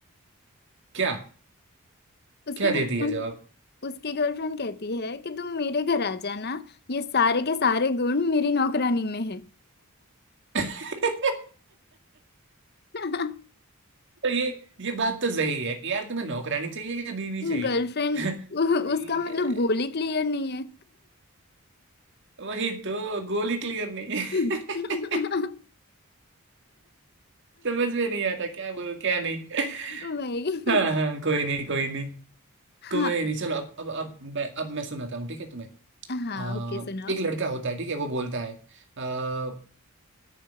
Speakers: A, on the right; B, on the left.
A: क्या
B: उसकी
A: क्या दे
B: गर्लफ्रेंड
A: दिया जवाब
B: उसकी गर्लफ्रेंड कहती है कि तुम मेरे घर आ जाना ये सारे के सारे गुण मेरी नौकरानी में है
A: <laughs>
B: <laughs>
A: तो ये ये बात तो सही है कि यार तुम्हें नौकरानी चाहिए या बीवी चाहिए
B: गर्लफ्रेंड
A: <laughs>
B: <laughs>
A: ये-
B: उसका मतलब गोली क्लियर नहीं है
A: वही तो गोली क्लियर नहीं है।
B: <laughs>
A: <laughs> समझ में नहीं आता क्या बोलूं क्या नहीं <laughs>
B: वही
A: हाँ हाँ कोई नहीं कोई नहीं
B: हाँ
A: कोई नहीं चलो अब अब अब मैं अब मैं सुनाता हूँ ठीक है तुम्हें
B: हाँ
A: आ,
B: ओके सुनाओ
A: एक लड़का होता है ठीक है वो बोलता है आ,